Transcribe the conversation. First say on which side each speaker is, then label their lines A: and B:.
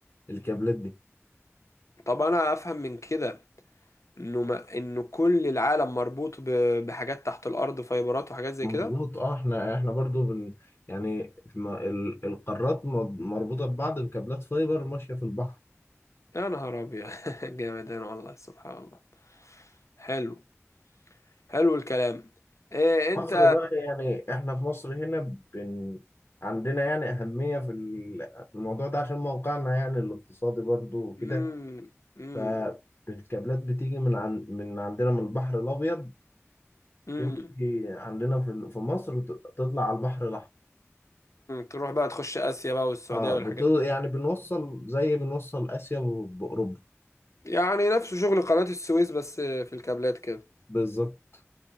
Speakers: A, on the left; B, on the left.
A: الكابلات دي
B: طب انا افهم من كده انه ما انه كل العالم مربوط ب... بحاجات تحت الارض فايبرات وحاجات زي
A: مظبوط
B: كده
A: اه احنا احنا برضو بن يعني ما- ال- القارات م- مربوطة ببعض بكابلات فايبر ماشية في البحر
B: يا نهار ابيض <laughs> جامد انا والله سبحان الله حلو حلو الكلام إيه انت
A: مصر بقى يعني احنا في مصر هنا بن... عندنا يعني أهمية في ال- في الموضوع ده عشان موقعنا يعني الاقتصادي برضو وكده
B: امم امم
A: فالكابلات بتيجي من عن... من عندنا من البحر الأبيض
B: امم
A: تمشي عندنا في ال- في مصر ت- تطلع على البحر الأحمر
B: تروح بقى تخش اسيا بقى والسعودية
A: اه
B: والحاجات
A: بت... يعني بنوصل زي بنوصل آسيا ب- بأوروبا
B: يعني نفسه شغل قناة السويس بس في الكابلات كده
A: بالظبط